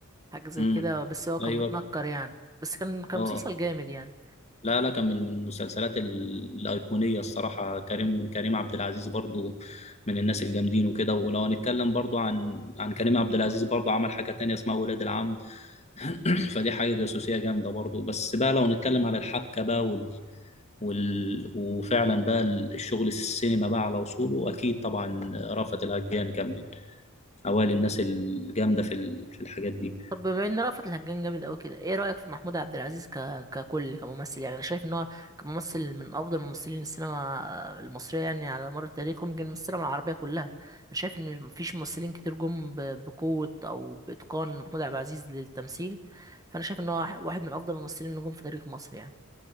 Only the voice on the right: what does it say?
حاجة زي
كده بس هو كان
متنكر يعني بس كان كان
مسلسل جامد يعني
طب بما ان رأفت الهجان جامد قوي كده ايه رأيك في محمود عبد العزيز ك... ككل كممثل يعني انا شايف ان هو كممثل من افضل ممثلين السينما المصرية يعني على مر التاريخ ويمكن من السينما العربية كلها انا شايف ان مفيش ممثلين كتير جم ب... بقوة او باتقان محمود عبد العزيز للتمثيل فانا شايف ان هو واحد من افضل الممثلين اللي جم في تاريخ مصر يعني